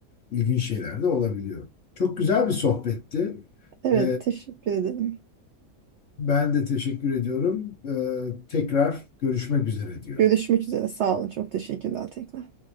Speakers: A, on the left (about 55°); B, on the right (about 70°).
A: ilginç şeyler de olabiliyor. Çok güzel bir sohbetti.
B: Evet,
A: Ee,
B: teşekkür ederim.
A: ben de teşekkür ediyorum. Ee, tekrar görüşmek üzere diyorum.
B: Görüşmek üzere. Sağ olun. Çok teşekkürler tekrar.